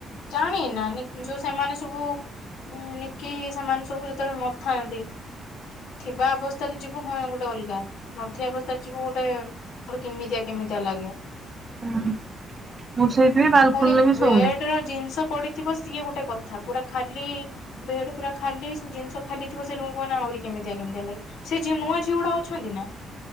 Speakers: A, on the left; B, on the right.
A: ଜାଣି ନା ନି ଯୋଉ ସେମାନେ ସବୁ ଉ ନିକି ସେମାନେ ସବୁ ଯେତେବେଳେ ନଥାନ୍ତି ଥିବା ଅବସ୍ଥାରେ ଯିବୁ ହଁ ଗୋଟେ ଅଲଗା ନଥିବା ଅବସ୍ଥାରେ ଯିବୁ ଗୋଟେ ଗୋଟେ କେମିତିଆ କେମିତିଆ ଲାଗେ
B: ହୁଁ ମୁଁ ସେଇଥି ବାଲକୁନିରେ
A: ପୁଣି ବେଡ
B: ସୋଉନି।
A: ର ଜିନିଷ ପଡିଥିବ ସିଏ ଗୋଟେ କଥା ପୁରା ଖାଲି ବେଡ ପୁରା ଖାଲି ସବୁ ଜିନିଷ ଖାଲି ଥିବ ସେ ରୁମ୍ କୁହନା ଆହୁରି କେମିତିଆ କେମିତିଆ ଲାଗେ ସେ ଯେଉ ନୂଆ ଝିଅ ଗୁଡା ଅଛନ୍ତି ନା?